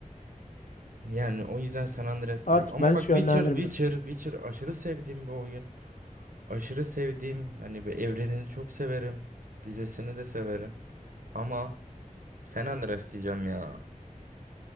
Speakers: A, on the right; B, on the left.
A: Yani o yüzden San Andreas
B: Artık
A: diyeceğim. Ama
B: ben hiç
A: bak
B: yönlendirmiyorum.
A: Witcher, Witcher, Witcher aşırı sevdiğim bir oyun. Aşırı sevdiğim hani bir evrenini çok severim. dizesini de severim. Ama San Andreas diyeceğim ya.